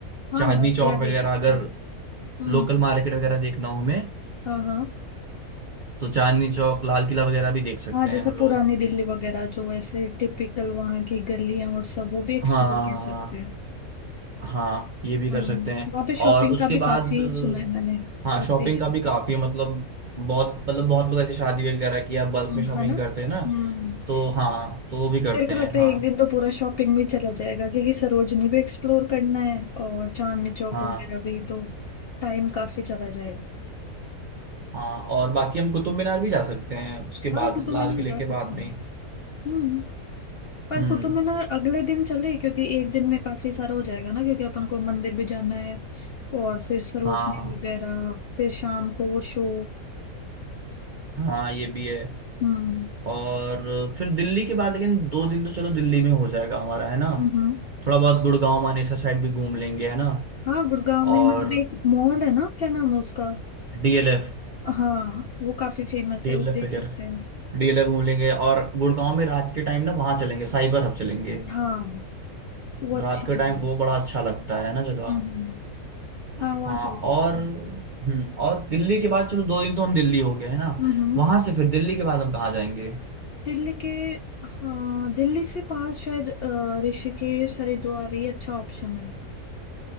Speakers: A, on the left; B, on the right.
A: हाँ
B: चांदनी
A: नगला
B: चौक वगैरह
A: देख सकते
B: अगर
A: हैं हम्म
B: लोकल मार्केट वगैरह देखना हो हमें
A: हाँ हाँ
B: तो चांदनी चौक लाल किला वगैरह भी देख सकते
A: हाँ जैसे
B: हैं हम
A: पुरानी
B: लोग
A: दिल्ली वगैरह जो ऐसे टिपिकल वहाँ की गलियां और सब वो भी एक्सप्लोर
B: हाँ
A: कर सकते हैं
B: हाँ ये भी कर
A: हम्म
B: सकते हैं
A: वहाँ पे शॉपिंग
B: और उसके
A: का भी
B: बाद
A: काफी
B: अ,
A: सुना है मैंने
B: हाँ
A: काफी
B: शॉपिंग का भी काफी है मतलब बहुत मतलब बहुत लोग ऐसे शादी वगैरह की या बल्क
A: हम्म,
B: में शॉपिंग
A: है ना
B: करते हैं ना
A: हम्म
B: तो हाँ तो वो भी करते
A: मेरे को
B: हैं
A: लगता
B: हाँ
A: है एक दिन तो पूरा शॉपिंग में चला जाएगा क्योंकि सरोजनी भी एक्सप्लोर करना है और चांदनी चौक
B: हाँ
A: वगैरह भी तो टाइम काफी चला जाएगा
B: हाँ और बाकी हम कुतुब मीनार भी जा सकते हैं उसके
A: हाँ
B: बाद
A: कुतुब
B: लाल
A: मीनार
B: किले
A: जा
B: के
A: सकते
B: बाद
A: हैं
B: में
A: हम्म पर
B: हम्म
A: कुतुब मीनार अगले दिन चले क्योंकि एक दिन में काफी सारा हो जाएगा ना क्योंकि अपन को मंदिर भी जाना है और फिर सरोजनी
B: हाँ
A: वगैरह फिर शाम को वो शो
B: हाँ ये भी है
A: हम्म
B: और फिर दिल्ली के बाद लेकिन दो दिन तो चलो दिल्ली में हो जाएगा हमारा है ना
A: हम्म
B: थोड़ा बहुत गुड़गांव मानेसर साइड भी घूम लेंगे है ना
A: हाँ गुड़गांव
B: और
A: में मतलब एक मॉल है ना क्या नाम है उसका
B: डीएलएफ
A: हाँ वो काफी फेमस
B: डीएलएफ
A: है वो देख
B: वगैरह
A: सकते हैं
B: डीएलएफ घूम लेंगे और गुड़गांव में रात के टाइम ना वहां चलेंगे साइबर हब चलेंगे
A: हाँ वो अच्छी
B: रात के
A: जगह
B: टाइम वो
A: है
B: बड़ा अच्छा लगता है ना जगह
A: हम्म हम्म।
B: हाँ
A: हाँ वहाँ चल सकते
B: और
A: हैं
B: हम्म और दिल्ली के बाद चलो दो दिन तो हम दिल्ली हो गए है ना
A: हम्म हम्म।
B: वहां से फिर दिल्ली के बाद हम कहाँ जाएंगे
A: दिल्ली के हाँ दिल्ली से पास शायद अ, ऋषिकेश हरिद्वार ये अच्छा ऑप्शन है